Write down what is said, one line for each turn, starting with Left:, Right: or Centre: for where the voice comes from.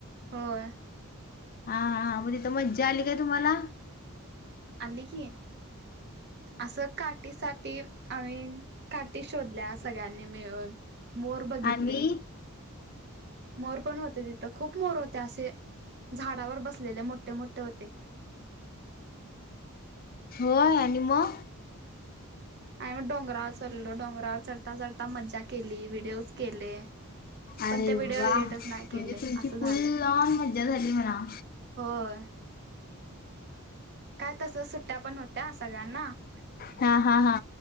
Right: होय.
Left: हा हा मग तिथं मज्जा आली काय तुम्हाला?
Right: आली की असं, काठीसाठी आम्ही काठी शोधल्या सगळ्यांनी मिळून. मोर बघितले,
Left: आणि
Right: मोर पण होते, तिथं खूप मोर होते, असे झाडावर बसलेले मोठे मोठे होते.
Left: होय.. आणि मग
Right: आणि मग डोंगरावर चढलो, डोंगरावर चढता चढता मज्जा केली व्हिडिओज केले.
Left: अरे
Right: पण ते व्हिडिओ
Left: वा...
Right: एडिटच नाही केले
Left: म्हणजे तुमची
Right: असं झालं
Left: फुल्ल आँन मज्जा झाली म्हणा.
Right: होय. काय तस सुट्ट्या पण होत्या. <unintelligible>
Left: हा हा हा